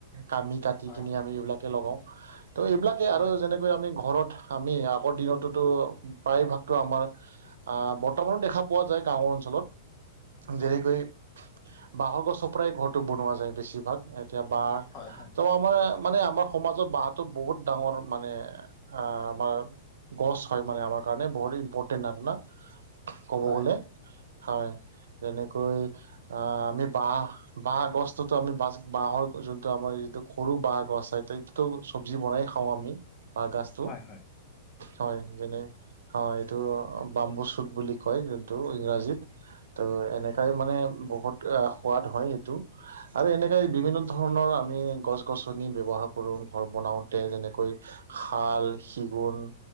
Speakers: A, on the right; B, on the left.
A: কামি, কাটি
B: হয়
A: কিনি আমি এইবিলাকে লগাও। ত' এইবিলাকে
B: হয়
A: আৰু যেনে, আমি ঘৰত আমি আগৰ দিনতোতো প্ৰায় ভাগতো আমাৰ। আহ বৰ্তমানো দেখা পোৱা যায়, গাঁওৰ অঞ্চলত।
B: হয়
A: যেনেকৈ, বাঁহ গছৰ পৰাই ঘৰটো বনোৱা যায় বেছিভাগ। এতিয়া বাঁহ,
B: হয় হয় হয়
A: আমাৰ মানে আমাৰ সমাজত বাঁহটো বহুত ডাঙৰ মানে আঁ, আমাৰ গছ হয় মানে আমাৰ কাৰণে বহুত ইম্পৰ্টেণ্ট নাতানা, ক'ব
B: হয়
A: গ'লে হয় যেনেকৈ, আঁ, আমি বাহ বাহ গছটোতো আমি বাছ বাঁহৰ যোনটো আমাৰ যিটো, সৰু বাঁহ গছ। <unintelligible> চব্জি বনাই খাওঁ আমি বাঁহ গাচটো।
B: হয় হয়
A: হয় যেনে, অঁ এইটো বাম্বু চুট বুলি কয় যোনটো ইংৰাজীত। ত' এনেকাই মানে বহুত আ সোৱাদ হয় এইটো। আৰু এনেকাই
B: হয়
A: বিভিন্ন ধৰণৰ, আমি গছ গছনি ব্যৱহাৰ কৰোঁ ঘৰ বনাওঁতে যেনেকৈ খাল, চিগুণ